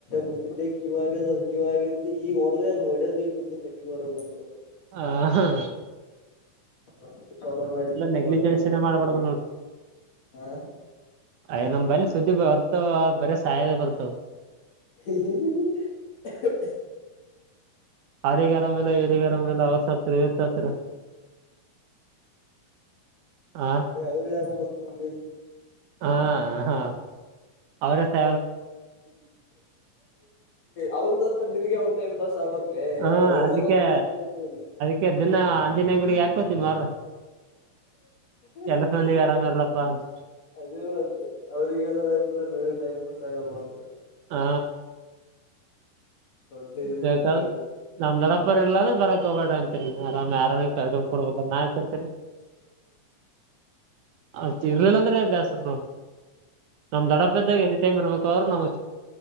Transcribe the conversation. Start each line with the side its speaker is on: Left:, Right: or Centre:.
Left: ಬಿಟ್ಟಿದ್ದೆ ಕೀವು ಆಗ್ಯದ ಅದು ಕೀವು ಆಗಿತ್ತು ಈಗ ಹೊಡೆದೆ ಅದು ಹೊಡೆದ್ ಇಷ್ಟುದ್ದ ಕಟ್ಟಿಗೇ ಹೊರಗೆ ಬಂತ
Right: ಹಾ ಹಾ
Left: ಮ ಚಲೋ ಮಾಡತ್ತುಂದಾರ
Right: ನೆಗ್ಲಿಜೆನ್ಸಿನೇ
Left: ಬಂದಗೆ
Right: ಮಾಡ್ಬಾರ್ದು
Left: <inaudible> ಹಾ
Right: ಅಯ್ಯೋ ನಮ್ ಬಲ್ಲಿ ಸುದ್ದಿ ಬರ್ತವ ಬರೆ ಸಾಯೋದೆ ಬರ್ತವ
Left: <unintelligible>
Right: ಅವ್ರಿಗೆ ಅರಾಮಿಲ್ಲ ಇವ್ರಿಗೆ ಅರಾಮಿಲ್ಲ ಅವ್ರು ಸತ್ರು ಇವ್ರು ಸತ್ರು ಆ
Left: ಬರೇ ಅವ್ರು ಯಾರು <unintelligible>
Right: ಹಾ ಹಾ ಅವ್ರ <unintelligible>
Left: ಅವ್ರು ಸತ್ರೆ ನೀನು ಅವಾಗ ಟೈಮ್ ಪಾಸ್ ಆಗ್ಬಕ್ಲೇ
Right: ಹಾ
Left: ಅವ್ರ ಇರ್ಬಕ್ಂತ
Right: ಅದಕ್ಕೆ
Left: ಬೇಡ್ಕಿಬೇಕು ನೀನು
Right: <unintelligible> <unintelligible>
Left: <unintelligible>
Right: ಎಲ್ಲ ಮಂದಿಗೆ ಆರಾಮ ಇರಲಪ್ಪ ಅಂತ
Left: ಅದೇ ಮತ್ ಅವ್ರಗೇ ಏನಾರು ಆಯ್ತದ್ರೆ ನಿಂಗೆ ಟೈಮ್ <unintelligible>
Right: ಹಾ
Left: ದೊಡ್ಡ
Right: <unintelligible>
Left: ಇದಿದ್ದಂಗ ಈಗ
Right: ನಮ್ಮ ದೊಡ್ಡಪ್ಪವರು ಇಲ್ಲಾದ್ರೆ ಬರೋಕ್ಕೆ ಹೋಗ್ಬಿಡಿ ಆರಾಮ ಆರಾಮ ಕರ್ಕೊಂಡ್ ಕುಡುವ ನಾತಿ ಇರ್ತೇನೆ ಅವ್ರು ಇರ್ಲಿಲ್ಲ ಅಂದ್ರೆ ಬೇಸರ ನೋಡು ನಮ್ಮ್ ದೊಡ್ಡಪ್ಪ ಇದಾಗ ಎನಿ ಟೈಮ್ ಇರ್ಬೇಕು ಅವ್ರು ನಮ್ಮ್